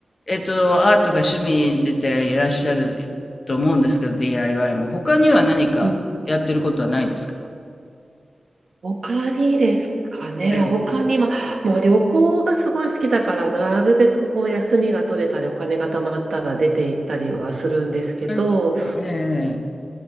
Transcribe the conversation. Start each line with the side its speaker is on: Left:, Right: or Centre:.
Left: えっと、アートが趣味でていらっしゃると思うんですけど、DIY も。他には何かやってることはないんですか
Right: うん他にですかね。
Left: ええ。
Right: 他に、まあ、もう旅行がすごい好きだから、なるべくこう休みが取れたり、お金が貯まったら出て行ったりはするんですけど、
Left: なるほどええ。